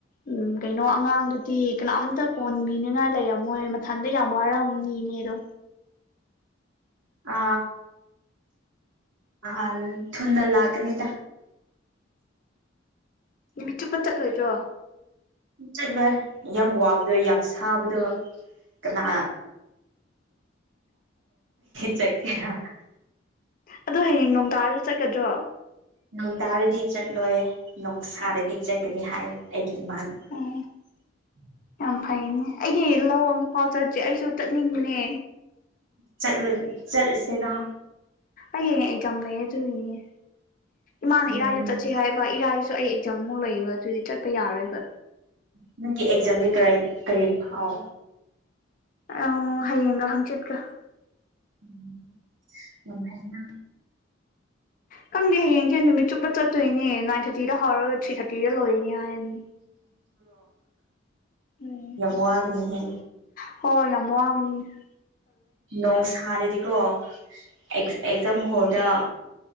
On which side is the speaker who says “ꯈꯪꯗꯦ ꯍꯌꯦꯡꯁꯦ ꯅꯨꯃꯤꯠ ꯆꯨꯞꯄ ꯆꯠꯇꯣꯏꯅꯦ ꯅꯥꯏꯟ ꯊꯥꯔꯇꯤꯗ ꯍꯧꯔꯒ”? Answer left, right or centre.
Left